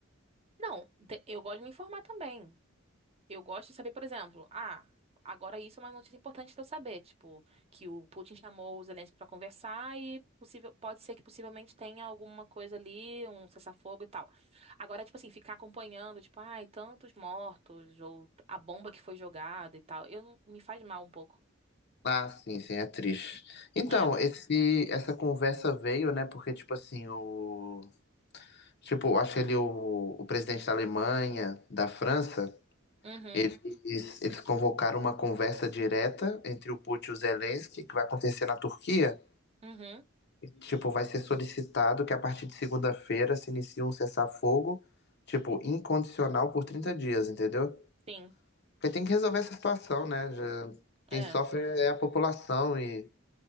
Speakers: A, on the right (about 30°); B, on the left (about 55°).
A: Não, de- eu gosto de me informar também. Eu gosto de saber, por exemplo, ah, agora isso é uma notícia importante para eu saber, tipo, que o Putin chamou o Zelensky para conversar e possível, pode ser que possivelmente tenha alguma coisa ali, um cessar-fogo e tal. Agora, tipo assim, ficar acompanhando, tipo, ai, tantos mortos, ou a bomba que foi jogada e tal, eu, me faz mal um pouco.
B: Ah, sim, sim, é triste. Então,
A: É.
B: esse, essa conversa veio, né? Porque, tipo assim, o. Tipo, acho ele o, o presidente da Alemanha, da França.
A: Uhum,
B: Eles, eles convocaram uma conversa direta entre o Putin e o Zelensky, que vai acontecer na Turquia.
A: uhum,
B: E, tipo, vai ser solicitado que a partir de segunda-feira se inicie um cessar-fogo, tipo, incondicional por 30 dias, entendeu?
A: sim,
B: Porque tem que resolver essa situação, né? Já- quem
A: é,
B: sofre é a população e